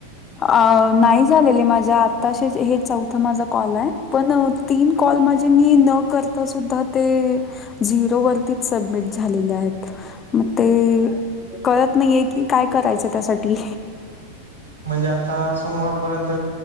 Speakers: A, on the left; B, on the right.
A: अ नाही झालेले माझे आताशे हे चौथ माझा कॉल आहे पण तीन कॉल माझे मी न कर आता सुद्धा ते झिरो वरतीच सबमिट झालेले आहेत. मग ते कळत नाहीये कि काय करायचं त्यासाठी
B: म्हणजे आता सोमवार पर्यंत